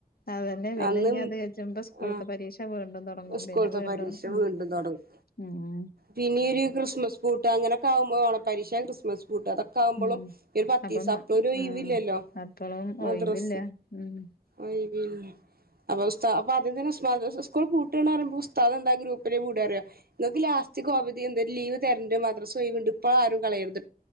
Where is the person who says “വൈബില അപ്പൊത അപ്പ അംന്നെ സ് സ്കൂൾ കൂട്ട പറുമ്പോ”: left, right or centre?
Right